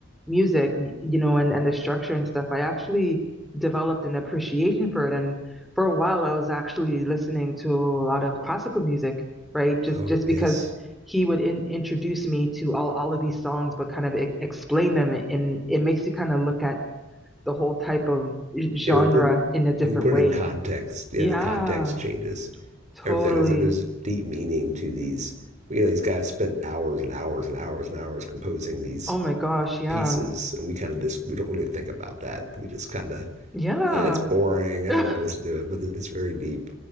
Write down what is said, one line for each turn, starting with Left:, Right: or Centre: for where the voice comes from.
Centre: music, y- you know, and and the structure and stuff, I actually developed an appreciation for it. And for a while, I was actually listening to a lot of classical music, right? Just
Right: Oh
Centre: just
Right: yes.
Centre: because he would in, introduce me to all all of these songs, but kind of e explain them, and it makes you kind of look at the whole type of genre
Right: yeah, when you put
Centre: in a different
Right: when you put
Centre: way.
Right: it in context, yeah,
Centre: Yeah,
Right: the context changes
Centre: totally.
Right: everything. There's like there's deep meaning to these. You know, these guys spent hours and hours and hours and hours composing these
Centre: Oh my gosh, yeah.
Right: pieces, and we kind of just we don't really think about that. We just kind of
Centre: Yeah.
Right: that's eh, boring.
Centre: <laughs>
Right: I don't want to listen to it, but it's very deep.